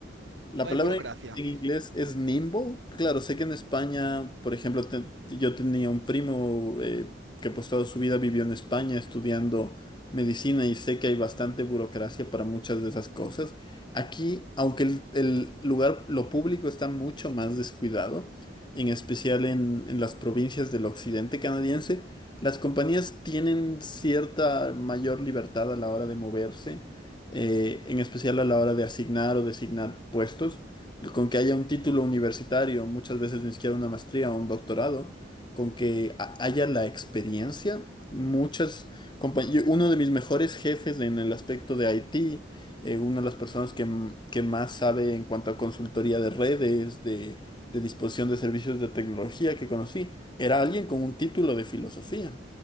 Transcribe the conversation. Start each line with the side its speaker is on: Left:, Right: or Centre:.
Left: La
Right: no hay
Left: palabra
Right: burocracia.
Left: en inglés es nimbo. Claro, sé que en España, por ejemplo, te- yo tenía un primo eh, que pues toda su vida vivió en España estudiando medicina y sé que hay bastante burocracia para muchas de esas cosas. Aquí, aunque el, el lugar, lo público está mucho más descuidado, en especial en, en las provincias del occidente canadiense, las compañías tienen cierta mayor libertad a la hora de moverse eh, en especial a la hora de asignar o designar puestos, con que haya un título universitario, muchas veces ni siquiera una maestría o un doctorado, con que ha- haya la experiencia. Muchas compa- yo- uno de mis mejores jefes en el aspecto de IT, eh, una de las personas que, m- que más sabe en cuanto a consultoría de redes, de, de disposición de servicios de tecnología que conocí, era alguien con un título de filosofía.